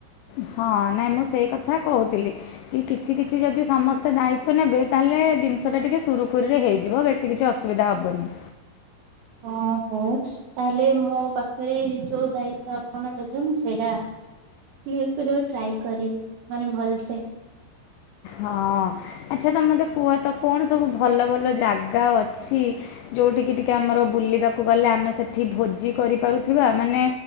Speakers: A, on the left; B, on the right.
A: ହଁ ନାଇଁ ମୁଁ ସେଇ କଥା କହୁଥିଲି। କି କିଛି କିଛି ଯଦି ସମସ୍ତେ ଦାୟିତ୍ଵ ନେବେ। ତାହେଲେ ଜିନିଷ ଟା ଟିକେ ସୁରୁଖୁରୁରେ ହେଇଯିବ। ବେଶୀ କିଛି କିଛି ଅସୁବିଧା ହବନି।
B: ଓ ହଉ। ତାହେଲେ ମୋ ପାଖରେ ଯୋଉ ଦାୟିତ୍ଵ ଆପଣ ଦେବେ। ମୁଁ ସେଇଟା କ୍ଳିଅର କରିବାକୁ ଟ୍ରାଏ କରିବି। ମାନେ ଭଲସେ।
A: ହଁ ଆଚ୍ଛା ତମେ ମତେ କୁହ ତ କଣ ସବୁ ଭଲ ଭଲ ଜାଗା ଅଛି। ଯଉଠିକି ଟିକେ ଆମର ବୁଲିବାକୁ ଗଲେ ଆମେ ସେଠି ଭୋଜି କରିପାରୁଥିବା। ମାନେ